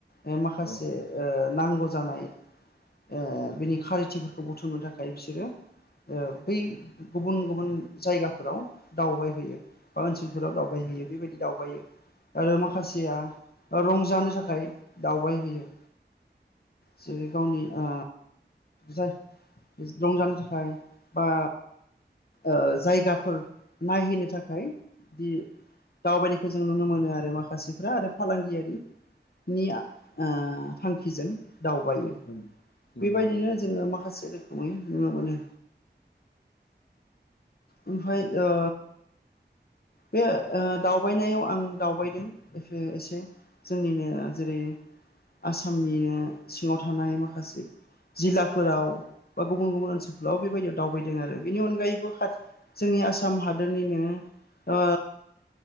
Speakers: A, on the left; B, on the left.
A: ओ माखासे
B: औ
A: ओ नांगौ जानाय ओ बिनि खारिथिफोरखौ बुथुमनो थाखाय बिसोरो ओ बै गुबुन गुबुन जायगाफोराव दावबायहैयो। बा ओनसोलफोराव दावबायहैयो बेबायदि दावबायो। आरो माखासेया रंजानो थाखाय दावबाय हैयो। जेरै गावनि ओ जाय रंजानो थाखाय बा ओ जायगाफोर नायहैनो थाखाय बि दावबायनायखौ जों नुनो मोनो आरो माखासेफ्रा आरो फालांगियारि निया ओ थांखिजों दावबायो।
B: ओं, नंगौ
A: बेबायदिनो
B: नंगौ
A: जोङो माखासे रोखोमै नुनो मोनो। ओमफाय ओ बे ओ दावबायनायाव आं दावबायदों ओ एसे जोंनिनो जेरै आसामनिनो सिङाव थानाय माखासे जिल्लाफोराव बा गुबुन गुबुन ओनसोलफोराव बेबायदियाव दावबायदों आरो बेनि अनगायैबो जोंनि आसाम हादोरनिनो ओ